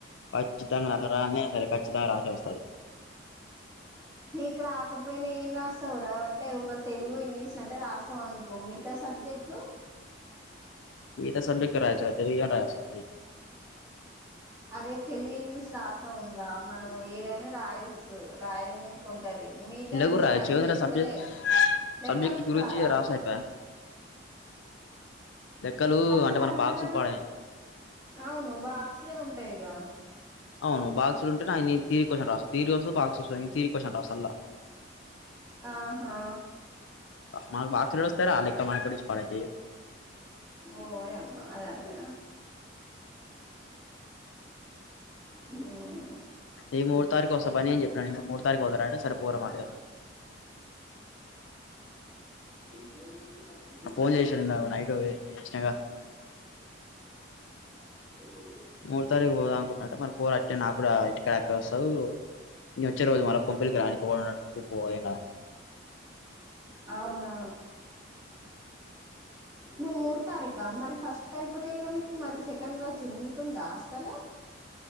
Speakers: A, on the left; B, on the right.
A: కచ్చితంగా నాకు రానిదే వస్తాది కచ్చితంగా దాన్ని రాశ వస్తంది
B: ఇ రాకపోయినా ఏం రాస్తావు రా అంటే ఒక తెలుగు ఇంగ్లీష్ అంటే రాస్తాం అనుకో మిగతా సబ్జెక్ట్లు
A: మీ గత సబ్జెట్లు రాయచ్చు తెలుగు ఏమి రాయేస్తాది
B: అరే తెలుగు ఇంగ్లీష్ రాసాం రా మనం ఏదైనా రాయొచ్చు రాయలనికుం ది మీగత
A: ఇలా కూడా
B: మీకన్ని
A: రాయొచ్చు ఏముందిరా
B: లెక్కలే
A: సబ్జెక్ట్
B: లెక్కలు
A: సబ్జెక్ట్ గురించి
B: గారా
A: రాసా అయిపాయే లెక్కలూ
B: అసలు
A: అంటే మన
B: అంతగానం
A: పాక్సులు పడైనాయ్
B: అవును బాక్స్ లో ఉంటాయిగా
A: అవును బాక్సులు ఉంటేనె ఆయన్ నీ తీరి క్వశ్చన్ రాస్ తీరి వస్తది బాక్స్ వస్తది న తీరి క్వశ్చన్ రాస్ సల్లగా
B: ఆహా
A: మనకు బాక్సులు వస్తే రా లెక్క మా పాడైతాయ్
B: ఓయమ్మా అదంతేనా హుమ్
A: ఈ మూడు తారీఖు వస్తా బనేన్ చెప్పనేను మూడు తారీఖు పాతర అంటే సరే పొర మారు అన్నాడు
B: హలో మ
A: నాకు
B: <unintelligible>
A: ఫోన్ చేశాడు నిన్న నైట్ చేసినగా
B: అ <inaudible>
A: మూడ్ తారీక్ పోదామ్ మరి పోరు అట్టే నాకు కూడా ఇంటికడ ఎక్కడోస్తవ్ నేను వచ్చే రోజు మళ్ళ కొంపులికి రానికొకుండా ఉన్న
B: అవునా నువ్వు మూడ్ తారీఖా మరి ఫస్ట్ కయిపోతాయి క నీకు మరి సెకండ్ రోజు ఉంటుందా అసలు